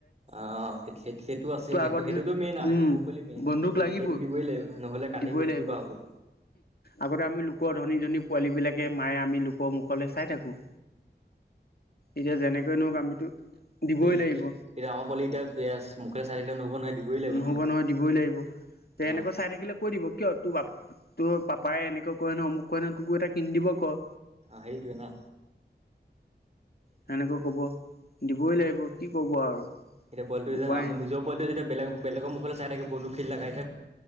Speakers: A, on the right (about 35°); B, on the left (about 60°).
A: অ স সেই সেইটো আছে সেইটো
B: আগৰ
A: সেইটোতো
B: দিনত
A: মেইন আৰু
B: উম
A: সেইটো সৰু পোৱালি মেইন
B: বন্দুক
A: সেই
B: লাগিবই
A: সেইটো দিবই লাগিব। নহলে কান্দি
B: দিবই
A: কুটি
B: লাগিব
A: কিবা হ'ব।
B: আগতে আমি লোকৰ ধনী ধনী পোৱালী বিলাকে মায়ে আমি লোকৰ মুখলে চাই থাকো। এতিয়া যেনেকৈ নক আমিতো দিবই
A: এ
B: লাগিব
A: আমৰ পোৱালি এতিয়া মুখে চাই থাকিলে নহব নহয়। দিবই লাগিব
B: নহব
A: ন এতিয়া
B: নহয় দিবই লাগিব তে
A: অ
B: এনেকৈ চাই থাকিলে কৈ দিব কিয় তোৰ বা তোৰ পাপাই এনেকৈ কয় ন অ মোক ক ন তোকো এটা কিন দিব ক।
A: সেইটোৱেই ন।
B: সেনেকৈ কব দিবই লাগিব কি কব আৰু।
A: এতিয়া পোৱালিটো যে
B: উপায়
A: আম
B: নাই
A: নিজৰ পোৱালিটো বেলেগৰ মুখলৈ চাই থাকে বন্দুগ লগাই